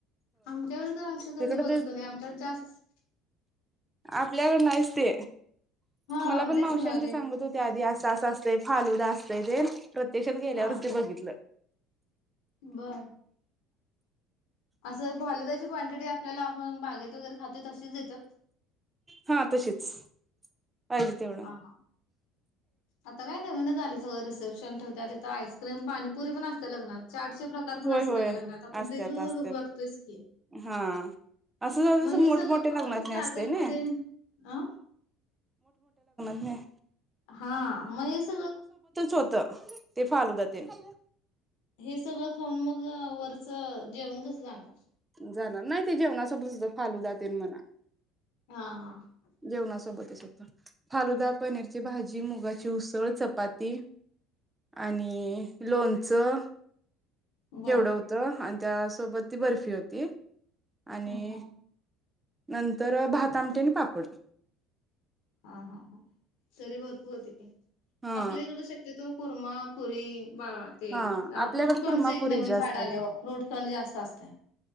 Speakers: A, on the left; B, on the right.
A: आमच्याकडे तर असं कधी
B: तिकडे
A: बघितलो नाही आमच्यावर जास्त
B: आपल्याकड नाहीच ते
A: हा
B: मला पण
A: तेच
B: मावश्यां
A: म्हणाले
B: ते सांगत होते आधी अस अस अस ते फालूद असते ते प्रत्यक्षात गेल्यावरच
A: हा
B: ते बघितलं
A: बर असं फालुदाची क्वांटिटी आपल्याला ग बागेत वगैरे खाते तशीच देतात
B: हा तशीच पाहिजे तेवढं
A: ह आता काय नवीन झाले रिसेप्शन त्यात आता आईसक्रीम पाणी पाणी पुरी पण असते लग्नात चाटचे प्रकार पण
B: होय
A: असत
B: होय
A: लग्नात आपण
B: असत्यात
A: फेसबुक
B: असत्यात
A: बघतोय की
B: हा असं ज
A: मग
B: जसं
A: हे
B: मोठमोठ्या
A: सगळं खाऊन
B: लग्नात
A: स्टार्टर
B: नाही असते ना
A: मध्ये अ
B: ह
A: हा मग हेच
B: होतं ते फालूदात ना
A: हे सगळं खऊन मग वरचं जेवण कसं जाणार
B: जाणार नाही ते जेवणाच फालूदातेन म्हणा
A: हा ह
B: जेवणासोबतच फालुदा पनीरची भाजी मुगाची उसळ चपाती आणि लोणचं
A: बर
B: केवढं होतं त्यासोबत ती बर्फी होती ते आणि
A: ह हा
B: नंतर भात आमटी आणि पापड
A: हा हा हा तरी भरपूर होते
B: हा
A: आपल्याकडे शक्यतो कुर्मापुरी वा ते
B: हा
A: फ्रूट
B: आपल्याकडे कुर्मापुरी
A: खंड एक नवीन
B: जास्त
A: फाड आले व फ्रूट खंड जास्त असते